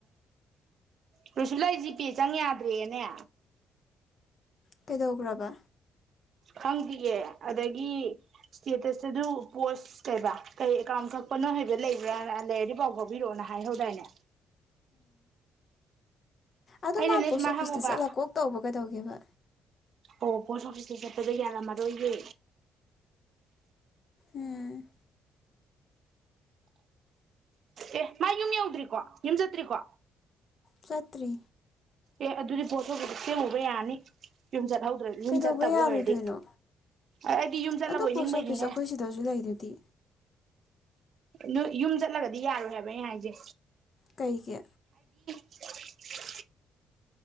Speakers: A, on the right (about 60°); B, on the left (about 45°).
A: ꯀꯨꯁꯨ ꯂꯩ ꯖꯤ ꯄ‌ꯦ ꯆꯪ ꯌꯥꯗ꯭ꯔ‌ꯦꯅꯦ
B: ꯀꯩꯗꯧꯒ꯭ꯔꯕ
A: ꯈꯪꯗꯤꯌ‌ꯦ ꯑꯗꯒꯤ ꯏꯁꯇꯦꯇꯁꯇꯁꯨ ꯄꯣꯁ ꯀꯩꯕ ꯀꯩ ꯑꯦꯀꯥꯎꯟ ꯀꯛꯄꯅꯣ ꯍꯥꯏꯕ ꯂꯩꯕ꯭ꯔꯥꯅ ꯂꯩꯔꯗꯤꯐꯥꯎ ꯐꯥꯎꯕꯤꯔꯛꯑꯣꯅ ꯍꯥꯏꯍꯧꯗꯥꯏꯅꯦ
B: ꯑꯗ‌ꯣ
A: ꯑꯩꯅꯅꯦ
B: ꯃꯥ ꯄꯣꯁ
A: ꯁꯨꯃꯥꯏꯅ
B: ꯑꯣꯐꯤꯁꯇ
A: ꯍꯪꯉꯨꯕ
B: ꯆꯠꯂ ꯀꯣꯛ ꯇꯧꯕ ꯀꯩꯗꯧꯒꯦꯕ
A: ꯑꯣ ꯄꯣꯁ ꯑꯣꯐꯤꯁꯇ ꯆꯠꯄꯗ ꯌꯥꯔꯝꯃꯔꯣꯏꯌꯦ
B: ꯎꯝ
A: ꯑꯦ ꯃꯥ ꯌꯨꯝ ꯌꯧꯗ꯭ꯔꯤꯀꯣ ꯌꯨꯝ ꯆꯠꯇ꯭ꯔꯤꯀꯣ
B: ꯆꯠꯇ꯭ꯔꯤ
A: ꯑꯦ ꯑꯗꯨꯗꯤ ꯄꯣꯁ ꯑꯣꯐꯤꯁꯇ ꯁ‌ꯦꯝꯃꯨꯕ ꯌꯥꯅꯤ ꯍꯧꯗ꯭ꯔ ꯌꯨꯝ
B: ꯀꯩꯗꯧꯕ
A: ꯆꯠꯇꯕ
B: ꯌꯥꯔꯣꯏꯗꯣꯏꯅꯣ
A: ꯑꯣꯏꯔꯗꯤ ꯑꯩꯗꯤ ꯌꯨꯝ ꯆꯠꯂꯕ‌ꯣꯏ
B: ꯑꯗꯣ ꯄꯣꯁ
A: ꯅꯤꯡꯕꯩꯅꯤꯍꯦ
B: ꯑꯣꯐꯤꯁ ꯑꯩꯈꯣꯏ ꯁꯤꯗꯁꯨ ꯂꯩꯗꯨꯗꯤ
A: ꯅꯣꯏ ꯌꯨꯝ ꯆꯠꯂꯒꯗꯤ ꯌꯥꯔꯣꯏ ꯍꯥꯏꯕ ꯑꯩ ꯍꯥꯏꯁꯦ
B: ꯀꯩꯒꯤ
A: <unintelligible>